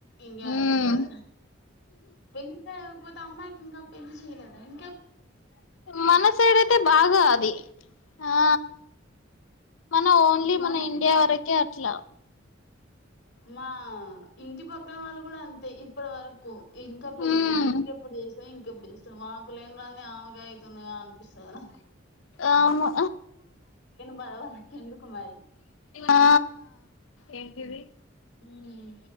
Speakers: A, on the left; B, on the left.
A: ఇండియాలో
B: ఉమ్
A: తెల్వద ఎన్ని సామ్ పోత అమ్మాయికి ఇంకా పెళ్లి జేయలేద ఇం
B: మనసైడైతే బాగా
A: అవును
B: అవి ఆ మన ఓన్లీ
A: మని
B: మన ఇండియా వరకే అట్లా
A: మా ఇంటి పక్కన వాళ్ళు గూడా అంతే ఇప్పటి వరకు ఇంకా పెళ్లి
B: ఉమ్
A: జేయవు ఇంకెప్పుడు జేస్తవ్, ఇంకెప్పుడు జేస్తవ్ మాకు లేని రందీ ఆమెకేయ్ తిన్నగా అన్పిస్తారా?
B: అవును
A: బాధ వాళ్ళకి ఎందుకు మరి
B: అ ఆ ఏంటిది
A: మ్